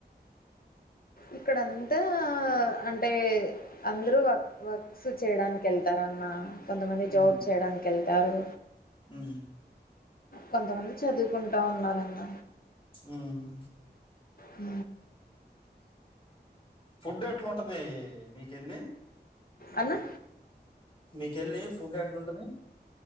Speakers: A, on the left; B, on the left.
A: ఇక్కడంతా అంటే అందరు వక్ వర్క్స్ చేయడానికి ఎళ్తారన్నా కొంతమంది
B: ఉమ్,
A: జాబ్ చేయడానికి ఎళ్తారు
B: ఉమ్,
A: కొంతమంది చదువుకుంటా ఉన్నారన్న
B: ఉమ్
A: ఊ
B: ఫుడ్ ఎట్లుంటదీ మీకెళ్ళి
A: అన్నా
B: మీకెళ్ళి ఫుడ్ ఎట్లుంటది